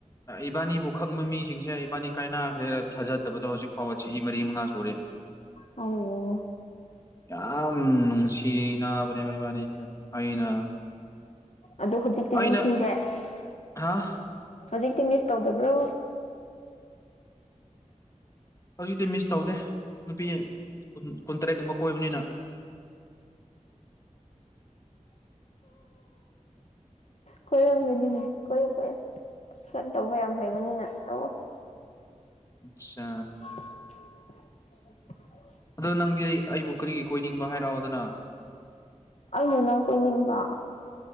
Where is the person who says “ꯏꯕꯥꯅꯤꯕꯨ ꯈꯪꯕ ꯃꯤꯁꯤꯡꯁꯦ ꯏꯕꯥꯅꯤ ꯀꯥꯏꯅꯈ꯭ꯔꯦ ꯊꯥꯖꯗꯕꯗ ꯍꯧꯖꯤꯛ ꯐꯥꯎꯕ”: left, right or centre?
Left